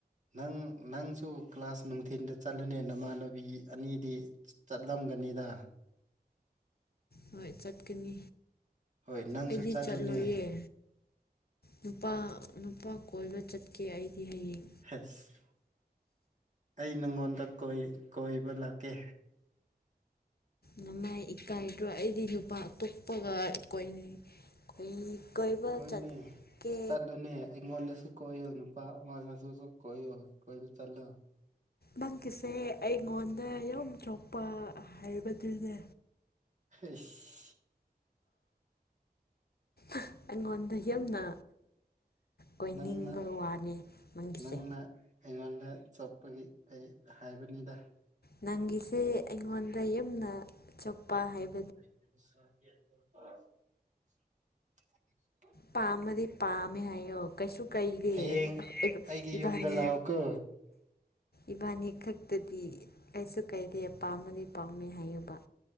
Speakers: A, on the right (about 45°); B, on the left (about 70°).
A: ꯅꯪ ꯅꯪꯁꯨ ꯀ꯭ꯂꯥꯁ ꯅꯨꯡꯊꯤꯟꯗ ꯆꯠꯂꯅꯦ ꯅꯃꯥꯟꯅꯕꯤ ꯑꯅꯤꯗꯤ ꯆꯠꯂꯝꯒꯅꯤꯗ
B: ꯍꯣꯏ ꯆꯠꯀꯅꯤ
A: ꯍꯣꯏ ꯅꯪꯁꯨ
B: ꯑꯩꯗꯤ
A: ꯆꯠꯂꯨꯅꯦ
B: ꯆꯠꯂꯣꯏꯌꯦ ꯅꯨꯄꯥ ꯅꯨꯄꯥ ꯀꯣꯏꯕ ꯆꯠꯀꯦ ꯑꯩꯗꯤ ꯍꯌꯦꯡ
A: ꯍꯁ ꯑꯩ ꯅꯉꯣꯟꯗ ꯀꯣꯏ ꯀꯣꯏꯕ ꯂꯥꯛꯀꯦ
B: ꯅꯃꯥꯏ ꯏꯀꯥꯏꯗ꯭ꯔꯣ ꯑꯩꯗꯤ ꯅꯨꯄꯥ ꯑꯇꯣꯞꯄꯒ ꯀꯣꯏꯅꯤ ꯀꯣꯏꯅꯤ ꯀꯣꯏꯕ
A: ꯍꯣꯏꯅꯦ
B: ꯆꯠꯀꯦ
A: ꯆꯠꯂꯨꯅꯦ ꯑꯩꯉꯣꯟꯗꯁꯨ ꯀꯣꯏꯌꯣ ꯅꯨꯄꯥ ꯑꯃꯗꯁꯨꯁꯨ ꯀꯣꯏꯌꯣ ꯀꯣꯏꯕ ꯆꯠꯂꯣ
B: ꯅꯪꯒꯤꯁꯦ ꯑꯩꯉꯣꯟꯗ ꯌꯥꯝ ꯆꯣꯞꯄ ꯍꯥꯏꯕꯗꯨꯅꯦ
A: ꯍꯩꯁ
B: ꯑꯩꯉꯣꯟꯗ ꯌꯥꯝꯅ ꯀꯣꯏꯅꯤꯡꯕ
A: ꯅꯪꯅ
B: ꯋꯥꯅꯦ ꯅꯪꯒꯤꯁꯦ
A: ꯅꯪꯅ ꯑꯩꯉꯣꯟꯗ ꯆꯣꯞꯄꯒꯤ ꯑꯩ ꯍꯥꯏꯕꯅꯤꯗ
B: ꯅꯪꯒꯤꯁꯦ ꯑꯩꯉꯣꯟꯗ ꯌꯝꯅ ꯆꯣꯞꯄ ꯍꯥꯏꯕ
A: <unintelligible>
B: ꯄꯥꯝꯃꯗꯤ ꯄꯥꯝꯃꯦ ꯍꯥꯏꯌꯣ ꯀꯩꯁꯨ ꯀꯩꯗꯦ
A: ꯍꯌꯦꯡ
B: <unintelligible>
A: ꯑꯩꯒꯤ
B: ꯏꯕꯥꯅꯤ
A: ꯌꯨꯝꯗ ꯂꯥꯛꯑꯣꯀꯣ
B: ꯏꯕꯥꯅꯤ ꯈꯛꯇꯗꯤ ꯀꯩꯁꯨ ꯀꯩꯗꯦ ꯄꯥꯝꯃꯗꯤ ꯄꯥꯝꯃꯦ ꯍꯥꯏꯌꯨꯕ